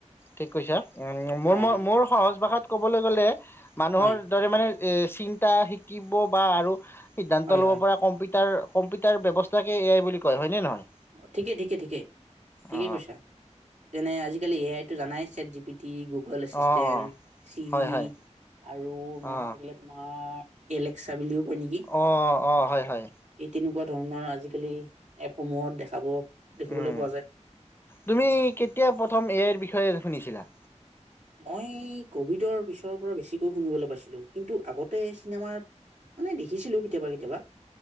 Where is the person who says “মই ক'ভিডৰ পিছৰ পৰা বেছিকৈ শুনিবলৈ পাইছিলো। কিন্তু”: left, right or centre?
Right